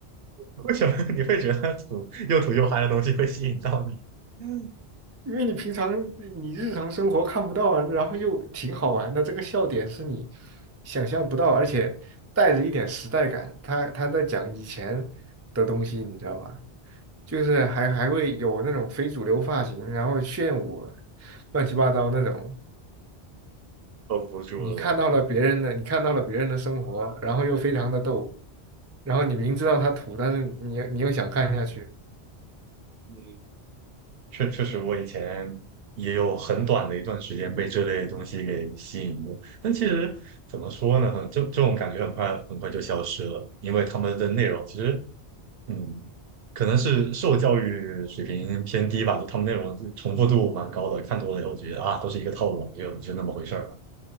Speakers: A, on the right; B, on the right.
A: <laughs> 为什么你会觉得土又土又嗨的东西会吸引到你？<laughs>
B: 因为你平常你日常生活看不到啊，然后又挺好玩的，这个笑点是你想象不到，而且带着一点时代感。他他在讲以前的东西，你知道吧？就是还还会有那种非主流发型，然后炫舞，乱七八糟那种。
A: 绷不住了。
B: 你看到了别人的，你看到了别人的生活，然后又非常的逗，然后你明知道他土，但是你你又想看下去，
A: 嗯，确确实，我以前也有很短的一段时间被这类东西给吸引过，但其实怎么说呢，很这这种感觉很快很快就消失了，因为他们的内容其实，嗯，可能是受教育水平偏低吧，就他们内容就重复度蛮高的，看多了以后觉得啊，都是一个套路，就就那么回事儿了。